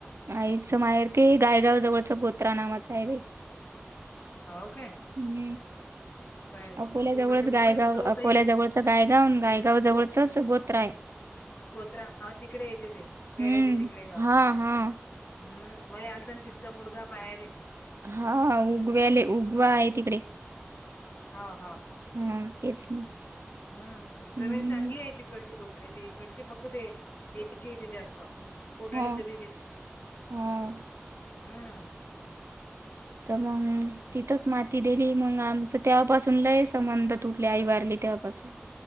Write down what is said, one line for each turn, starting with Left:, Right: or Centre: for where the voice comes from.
Right: आईच माहेर ते गायगाव जवळच गोत्रा नावाचं आहे बा
Left: हो काय
Right: हम्
Left: काय हो?
Right: अकोल्या
Left: कुकडच्या
Right: जवळच
Left: कुकडच
Right: गायगाव
Left: होतं
Right: अकोल्या
Left: ते इथं
Right: जवळच गायगाव गायगाव जवळचंच गोत्रा आहे
Left: गोत्रा हा तिकडे येते ते
Right: हम्म.
Left: वेड्याचे तिकडे गाव
Right: हां, हां.
Left: हम् मला आल तर तिथचा मुलगा पाहाला
Right: हा उगव्याले उगवा आहे तिकडे
Left: हो हो
Right: हा तेच मग
Left: हम
Right: हम्म.
Left: जमीन चांगली आहे तिकडची कोोत्रेची इकडची फक्त यायची य ते जास्त बोटाळी
Right: हो,
Left: जमीन येते
Right: हो.
Left: हम
Right: तर मग तिथंच ती दिली मग आमचं तेव्हापासून लय संबंध तुटले आई वारली तेवपासून